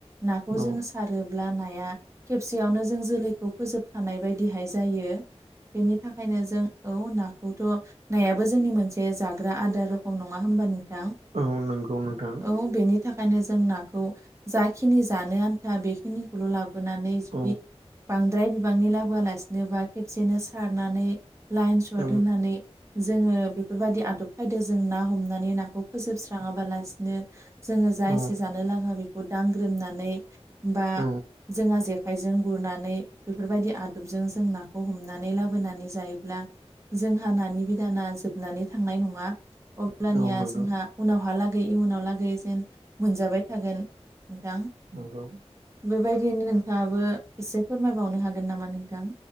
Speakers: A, on the right; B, on the right.
A: नाखौ
B: औ
A: जों सारोब्ला नाया खेबसेयावनो जों जोलै खौ फोजोबखानाय बायदिहाय जायो बेनि थाखायनो जों औ नाखौथ' नायाबो जोंनि मोनसे जाग्रा आदार रखम नङा होमबा नोंथां
B: औ नंगौ नोंथां
A: औ बेनि थाखायनो जों नाखौ जाखिनि जानो बेखिनिखौल' लाबोनानै जुदि
B: औ
A: बांद्राय बिबांनि लाबोआलासिनोबा खेबसेनो सारनानै लाइन सट
B: औ
A: होनानै जोङो बेफोरबायदि आदब खायदो जों ना हमनानै नाखौ फोजोबस्राङाबालासिनो जोङो जा
B: औ
A: एसे जानो लाङा बे दांग्रोमनानै बा
B: औ
A: जोंहा जेखाइजों गुरनानै बेफोरबायदि आद जों जोंनाखौ हमनानौ लाबोनानौ जायोब्ल जोंहा नानि दाना जोबनानै थांनाय नङा अब्लानिया
B: औ नंगौ
A: जोंहा उनावहालागै इयुनाव लागै जेन मोनजाबाय थागोन नोंथां
B: नंगौ
A: बेबायदियैनो नोंथाङाबो एसे फोरमायबावनो हागोन नामा नोंथां